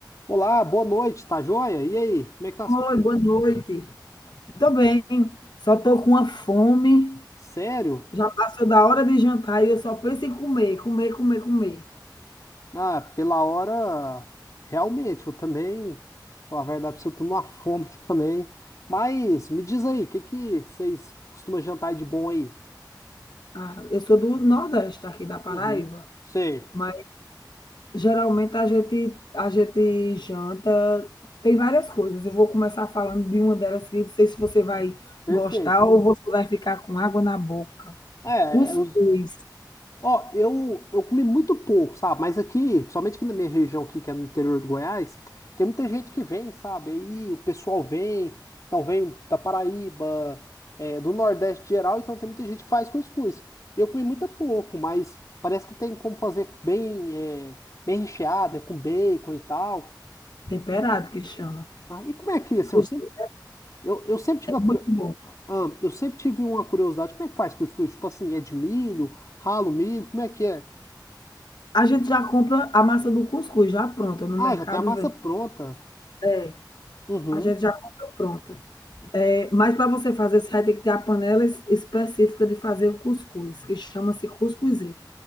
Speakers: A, on the left; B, on the left.
A: Olá, boa noite, tá joia? E aí, como é que tá as coisas?
B: Oi, boa noite. Tô bem, só tô com uma fome.
A: Sério?
B: Já passou da hora de jantar e eu só penso em comer, comer, comer, comer.
A: Ah, pela hora, realmente, eu também, falar a verdade pra você, eu tô numa fome aqui também. Mas me diz aí, o que que vocês costumam jantar de bom aí?
B: Ah, eu sou do Nordeste, aqui da Paraíba,
A: Uhum, sei,
B: mas geralmente a gente, a gente janta, tem várias coisas. Eu vou começar falando de uma delas que não sei se você vai
A: perfeito.
B: gostar ou você vai ficar com água na boca.
A: É,
B: Cuscuz,
A: é, os Ó, eu, eu comi muito pouco, sabe? Mas aqui, principalmente aqui na minha região aqui, que é no interior do Goiás, tem muita gente que vem, sabe? Aí o pessoal vem, então vem da Paraíba, é, do Nordeste geral, então tem muita gente que faz cuscuz. Eu comi muito pouco, mas parece que tem como fazer bem, é, bem recheado, né? Com bacon e tal.
B: temperado que chama.
A: Ah, e como é que, assim,
B: Cuscuz
A: eu sempre, eu, eu sempre tive
B: é
A: a curio...
B: muito bom.
A: ah, eu sempre tive uma curiosidade, como é que faz cuscuz? Tipo assim, é de milho, ralo milho, como é que é?
B: A gente já compra a massa do cuscuz já pronta no
A: Ah,
B: mercado
A: já tem a massa pronta.
B: É,
A: Uhum.
B: a gente já comprou pronta. É, mas para você fazer, você vai ter que ter a panela es- específica de fazer o cuscuz, que chama-se cuscuzeira.